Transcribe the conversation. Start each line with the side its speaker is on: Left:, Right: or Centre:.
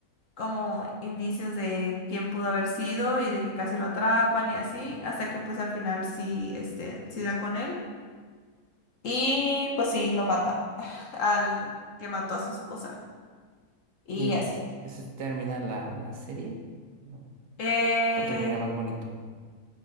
Left: como indicios de quién pudo haber sido y de que casi lo atrapan y así, hasta que pues al final sí, este, sí da con él y pues sí lo mata <sighs> al que mató a su esposa y
Right: Y eso
Left: así.
Right: es, eso es- termina la, la serie, ¿no?
Left: Eh,
Right: O termina más bonito.